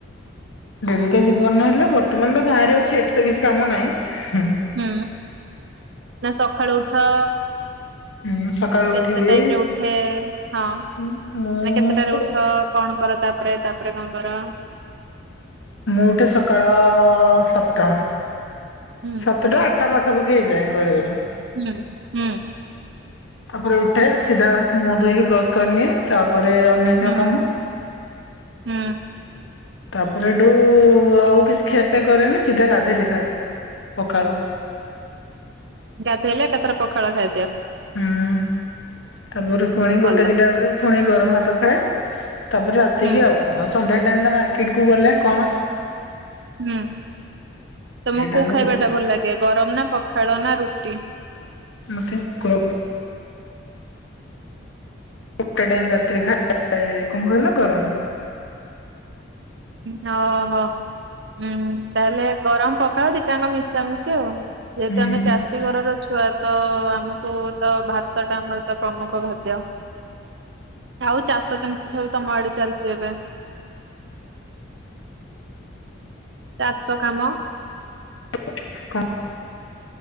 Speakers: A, on the left; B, on the right.
A: ଡେଲିକା ଜୀବନର ହେଲେ ବର୍ତ୍ତମାନ ତ ଗାଁରେ ଅଛି ଏଠି ତ କିଛି କାମ ନାହିଁ ହିଁ।
B: ହୁଁ ନା ସକାଳୁ ଉଠ?
A: ହୁଁ ସକାଳୁ
B: କେତେ
A: ଉଠିବି
B: ଟାଇମ୍ ରେ ଉଠେ, ହଁ ମାନେ
A: ମୁଁ
B: କେତେଟାରେ
A: ସ
B: ଉଠ? କଣ କର ତାପରେ, ତାପରେ କଣ କର?
A: ମୁଁ ଉଠେ ସକାଳ ସାତଟା।
B: ହୁଁ।
A: ସାତଟା ଆଠଟା ପାଖାପାଖି ହେଇଯାଏ ବେଳେ-ବେଳେ।
B: ହୁଁ-ହୁଁ।
A: ତାପରେ ଉଠେ ସିଧା ମୁଁହ ଧୋଇକି ବ୍ରସ୍ କରିନିଏ, ତାପରେ ଅନ୍ୟାନ୍ୟ
B: ହୁଁ-ହୁଁ।
A: କାମ। ତାପରେ ଏଠୁ ଆଉ କିଛି ଖିଆପିଆ କରେନି, ସିଧା ଗାଧଲେେ ଖାଏ ପଖାଳ।
B: ଗାଧେଇଲେ ଏକଥରେ ପଖାଳ ଖାଇଦିଅ?
A: ହୁଁ
B: ହୁଁ
A: ତାପରେ ପୁଣି
B: ଭଲ
A: ଗୋଟେ ଦିଟା ପରେ ଫୁଣି ଗରମ୍ ଭାତ ଖାଏ, ତାପରେ ରାତିକି
B: ହୁଁ
A: ଆଉ ସନ୍ଧ୍ୟା ଟାଇମ୍ ଟା ମାର୍କେଟ କୁ ଗଲେ କଣ
B: ହୁଁ ତମକୁ
A: ଏଇଟା
B: କୋଉ
A: ହେଲା
B: ଖାଇବାଟା
A: ରୁଟିନ।
B: ଭଲ୍ ଲାଗେ, ଗରମ ନା ପଖାଳ ନା ରୁଟି?
A: ମତେ <unintelligible> ଗୋଟେ ଟାଇମ୍ ରାତିରେ ଖାଏ, କଣ କହିଲ ଗରମ।
B: ହଁ ଓହୋ ଉଁ ତାହେଲେ ଗରମ ପଖାଳ ଦିଟାଙ୍କ ମିଶା ମିସି ସି ଆଉ ଯେହେତୁ
A: ଉଁ
B: ଆମେ ଚାଷୀ ଘରର ଛୁଆ ତ ଆମକୁ ତ ଭା ତ ଟା ଆମର ପ୍ରମୁଖ ଖାଦ୍ୟ। ଆଉ ଚାଷ କେମିତି ସବୁ ତମ ଆଡେ ଚାଲିଛି ଏବେ। ଚାଷ କାମ
A: <unintelligible>